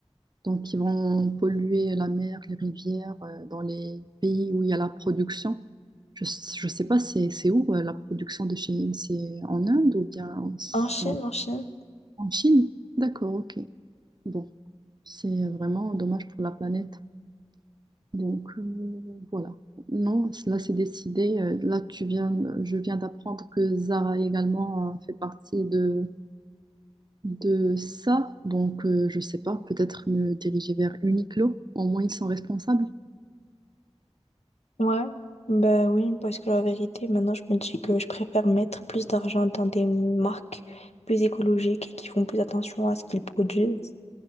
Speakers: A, on the right (about 40°); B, on the left (about 80°).
A: Donc, ils vont polluer la mer, les rivières, euh, dans les pays où il y a la production. Je ne sais pas, c'est c'est où euh, la production de chéine? C'est en Inde ou bien en- c'est
B: En Chine,
A: en,
B: en Chine.
A: en Chine? D'accord, ok. Bon, c'est vraiment dommage pour la planète. Donc, euh, voilà. Non, là, c'est décidé. Euh, Là, tu viens, je viens d'apprendre que Zara également euh, fait partie de, de ça. Donc, euh, je sais pas, peut-être me diriger vers Uniqlo. Au moins, ils sont responsables.
B: Ouais. Ben oui, parce que la vérité, maintenant, je me dis que je préfère mettre plus d'argent dans des marques plus écologiques et qui font plus attention à ce qu'ils produisent